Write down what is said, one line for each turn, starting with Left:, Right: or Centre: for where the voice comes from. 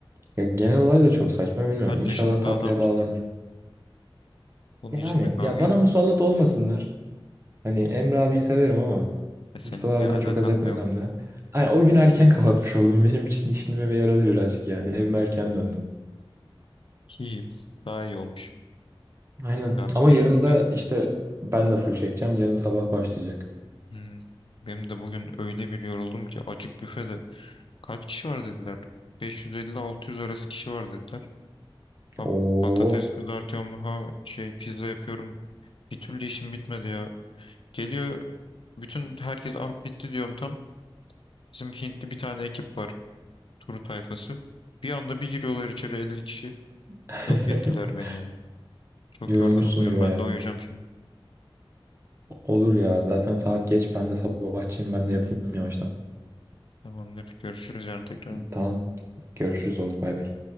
Right: Ya genel olay da çok saçma bilmiyorum.
Left: Kaç
Right: İnşallah
Left: yaşında
Right: tatlıya
Left: adamsın
Right: bağlanır.
Left: yani. Bunun
Right: Yani
Left: için mi kavga
Right: ya bana
Left: edin?
Right: musallat olmasınlar. Hani Emre abiyi severim ama
Left: Ya senin
Right: Mustafa abiden
Left: bir alakan
Right: çok haz etmesem
Left: da yok.
Right: de. Ay, o gün erken <laughs> kapatmış oldum. Benim için işinime yaradı birazcık yani. Evime erken döndüm.
Left: Ki daha iyi olmuş.
Right: Aynen.
Left: Ya benim
Right: Ama yarın da
Left: de
Right: işte ben de full çekeceğim. Yarın sabah başlayacak.
Left: hmm, benim de bugün öyle bir yoruldum ki açık büfede kaç kişi var dediler. 550-600 arası kişi var dediler. Ha,
Right: Oo.
Left: patates kızartıyorum ha şey pizza yapıyorum. Bir türlü işim bitmedi ya. Geliyor Bütün herkes ah bitti diyorum tam. Bizim Hintli bir tane ekip var. Turu tayfası. Bir anda bir giriyorlar içeri 50 kişi.
Right: <laughs>
Left: Yok ettiler beni ya. Çok
Right: Yorulmuşsundur
Left: yorgunum bugün.
Right: baya.
Left: Ben de uyuyacağım şimdi.
Right: Olur ya. Zaten saat geç. Ben de sabahçıyım. Ben de yatayım yavaştan.
Left: Tamamdır. Görüşürüz yarın tekrar.
Right: Tamam. Görüşürüz oldu. Bay bay.